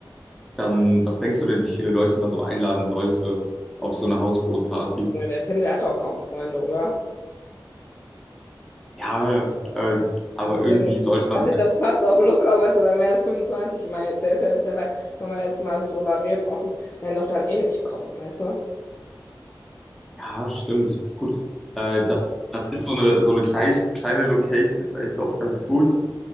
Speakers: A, in the centre; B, on the left.
A: dann, was denkst du denn, wie viele Leute man so einladen sollte auf so eine Hausbootparty?
B: Ja, der Tim, der hat doch kaum Freunde, oder?
A: Ja, äh, aber
B: Deswegen,
A: irgendwie sollte man
B: dass
A: sagen,
B: sich das passt auf locker, weißt du, oder mehr als 25. Ich meine, der ist ja nicht dabei. Können wir jetzt mal so drüber reden, offen. Werden doch dann eh nicht kommen, weißt du?
A: ja, stimmt, gut. Äh, dann, dann ist so eine, so eine kleine, kleine Location vielleicht doch ganz gut.